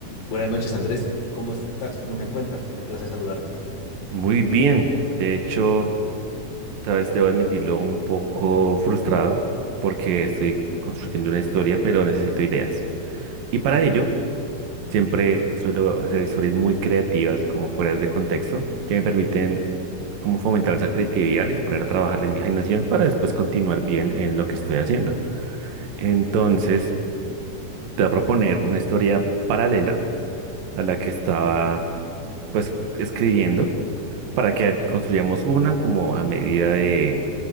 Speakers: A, on the left; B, on the right.
A: Buenas noches, Andrés. ¿Cómo estás? ¿Cómo te encuentras? Me place saludarte.
B: Muy bien, de hecho, tal vez debo admitirlo un poco frustrado porque estoy construyendo una historia, pero necesito ideas. Y para ello, siempre suelo hacer historias muy creativas y como fuera de contexto, que me permiten como fomentar esa creatividad y poner a trabajar la imaginación para después continuar bien en lo que estoy haciendo. Entonces, te voy a proponer una historia paralela a la que estaba pues escribiendo para que construyamos una como a medida de